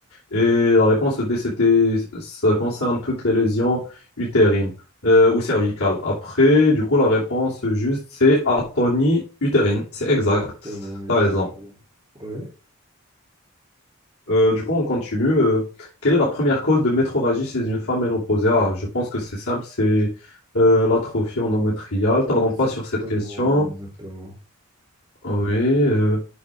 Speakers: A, on the left; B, on the right.
A: Et la réponse D, c'était, ça concerne toutes les lésions utérines euh, ou cervicales. Après, du coup, la réponse juste, c'est atonie utérine. C'est exact.
B: Exactement, exactement.
A: T'as raison.
B: Oui,
A: Euh, du coup, on continue. Euh, quelle est la première cause de métrorragie chez une femme ménopausée? Ah, je pense que c'est simple, c'est euh, l'atrophie endométriale. Tardons
B: exactement,
A: pas sur cette question.
B: exactement.
A: Oui. euh,